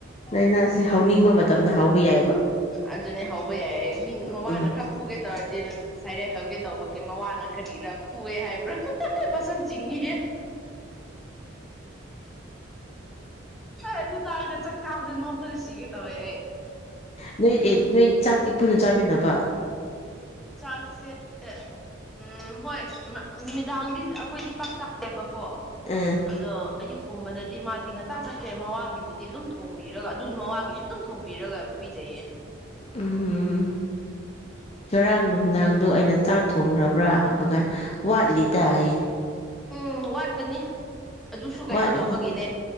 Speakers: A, on the left; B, in the centre.
A: ꯂꯥꯏꯅꯥ ꯁꯤ ꯍꯧꯅꯤꯡꯕ ꯃꯇꯝꯗ ꯍꯧꯕ ꯌꯥꯏꯑꯕ
B: ꯑꯗꯨꯅꯦ ꯍꯧꯕ ꯌꯥꯏꯌꯦ ꯃꯤ ꯃꯕꯥꯅ
A: ꯎꯝ
B: ꯈꯔ ꯐꯨꯒꯦ ꯇꯧꯔꯗꯤ ꯁꯥꯏꯔꯩ ꯍꯧꯒꯦ ꯇꯧꯕꯒꯤ ꯃꯋꯥꯅ ꯀꯔꯤꯔ ꯐꯨꯑꯦ ꯍꯥꯏꯕ꯭ꯔꯥ ꯃꯁꯝ ꯆꯤꯡꯏ ꯑꯗꯨ ꯇꯥꯔꯒ ꯆꯥꯛ ꯆꯥꯕ ꯅꯣ ꯁꯤꯒꯦ ꯇꯋꯦ
A: ꯅꯣꯏ ꯑꯦ ꯅꯣꯏ ꯆꯥꯛꯇꯤ ꯄꯨꯟꯅ ꯆꯥꯃꯤꯟꯅꯕ
B: ꯆꯥꯛꯁꯦ ꯎꯝ ꯍꯣꯏ ꯅꯨꯃꯤꯗꯥꯡꯗꯤ ꯑꯩꯈꯣꯏꯗꯤ ꯄꯪꯆꯥ ꯌꯦꯕꯀꯣ
A: ꯑꯦ
B: ꯑꯗꯣ ꯑꯌꯨꯛꯀꯨꯝꯕꯗꯗꯤ ꯃꯥꯗꯤ ꯉꯟꯇꯥ ꯆꯠꯈ꯭ꯔꯦ ꯃꯋꯥꯒꯤꯕꯨꯗꯤ ꯑꯗꯨꯝ ꯊꯣꯡꯕꯤꯔꯒ ꯑꯗꯨ ꯃꯋꯥꯒꯤꯁꯨ ꯑꯗꯨꯝ ꯊꯣꯡꯕꯤꯔꯒ ꯄꯤꯖꯩꯌꯦ
A: ꯎꯝ ꯉꯔꯥꯡ ꯅꯨꯡꯗꯥꯡꯗꯣ ꯑꯩꯅ ꯆꯥꯛ ꯊꯣꯡꯈ꯭ꯔꯕ꯭ꯔꯥ ꯍꯪꯕ ꯀꯥꯟꯗ ꯋꯥꯠꯂꯤꯗ ꯍꯥꯏꯌꯦ
B: ꯎꯝ ꯋꯥꯠꯀꯅꯤ ꯑꯗꯨꯁꯨ ꯀꯩꯅꯣ
A: ꯋꯥꯠꯂꯤꯗ
B: ꯇꯧꯕꯒꯤꯅꯦ